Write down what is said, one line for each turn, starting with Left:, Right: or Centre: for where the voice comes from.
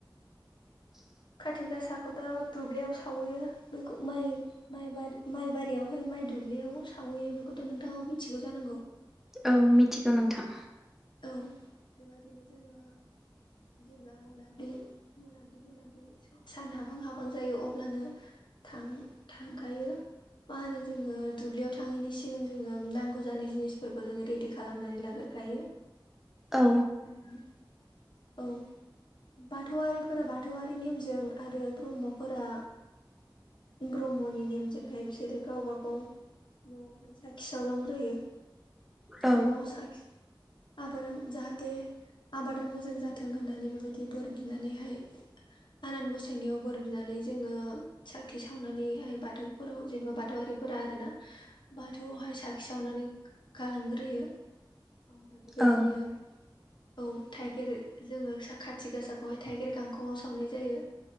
Centre: <inaudible>
Left: खाथि गासाखौथ' दुब्लियाव सावहैयो बेखौ माइ माइ बारि माइ बारियावहाय माइ दुब्लियाव सावहैयो बेखौथ' नोंथाङाव मिथिगौ जानांगौ।
Centre: औ मिथिगौ नोंथां।
Left: औ बेबायदिनो जोङो जेब्ला मोनाब्लि मोनाब्लि मोना सान हाबहां हाबहां जायो अब्लानो थां थांखायो। मा होनो जोङो दुब्लियाव थाङैनि सिगां जोङो नांगौ जानाय जिनिसफोरखौ जोङो रेडि खालामनानै लाग्रोखायो बेबायदिनो
Centre: औ
Left: <unintelligible> औ बाथौआरिफोरा बाथौआरि नेमजों आरो ब्रह्मफोरा ब्रह्मनि नेमजोंहाय बिसोरो गावबा गाव न'आवहाय साखि सावलांग्रोयो न'आव
Centre: औ
Left: साखि आबादा जाहाथे आबादा मोजां जाथों होननानै बेबायदि बोर बिनानैहाय आनान गसायनायाव बोर बिनानै जोङो साखि सावनानैहाय बाथौफोराव जेनेबा बाथौआरिफोरा आरोना बाथौआवहाय साखि सावनानै गालांग्रोयो ओमफ्राय बेबायदिनो
Centre: औ
Left: औ थाइगिर जोङो सा खाथि गासाखौहाय थाइगेर गांखंआव सावनाय जायो।